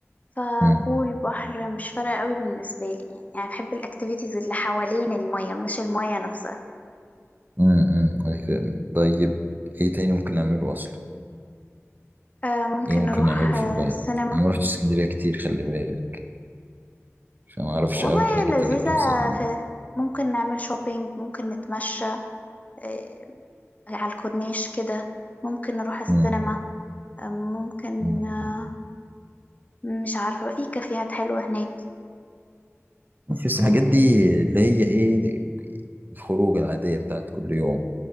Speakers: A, on the left; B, on the right.
A: فبول
B: مم.
A: بحر مش فارقة قوي بالنسبة لي يعني أنا بحب الأكتيفيتيز اللي حوالين المية مش المية نفسها
B: مم. مم. لكن- طيب ايه تاني ممكن نعمله اصلا
A: آه ممكن
B: ايه ممكن
A: نروح
B: نعمله في
A: آه
B: البلد
A: السينما
B: انا ما رحتش اسكندريه كتير خلي بالك فما اعرفش
A: والله
B: قوي الحاجات
A: لذيذة
B: اللي بتحصل
A: في ممكن نعمل شوبينج ممكن نتمشى آه، على الكورنيش كده ممكن نروح السينما
B: هناك
A: آه، ممكن
B: مم.
A: آه، مش عارفة بقى في كافيهات حلوة هناك
B: مش بس
A: آه،
B: الحاجات دي اللي هي ايه الخروج العادية بتاعت كل يوم